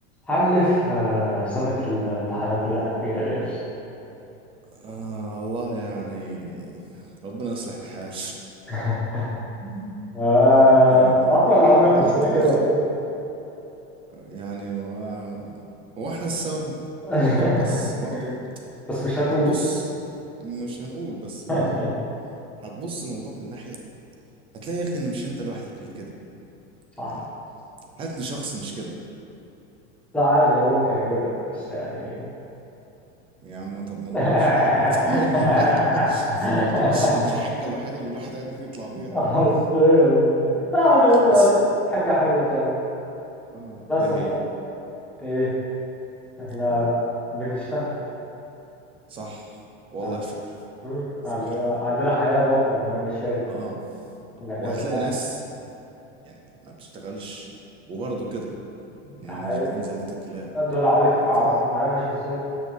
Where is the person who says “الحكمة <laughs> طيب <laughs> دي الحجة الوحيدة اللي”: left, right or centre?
Right